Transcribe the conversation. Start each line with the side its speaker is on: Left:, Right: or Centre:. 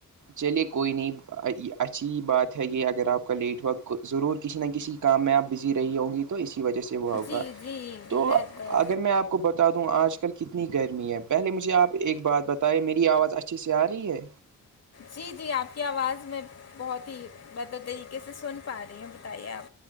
Right: چلیے کوئی نہیں اچھی بات ہے یہ اگر آپ کا لیٹ ہوا ضرور کسی نہ کسی کام میں آپ بزی رہی ہوں گی تو اسی وجہ سے وہ ہوگا
Left: جی جی
Right: تو
Left: بہتر
Right: اگر میں آپ آپ کو بتا دوں آج کل کتنی گرمی ہے پہلے مجھے آپ ایک بات بتائے میری آواز اچھی سے آ رہی ہے
Left: جی جی آپ کی آواز میں بہت ہی بہتر طریقے سے سن پا رہی ہوں بتائیے آپ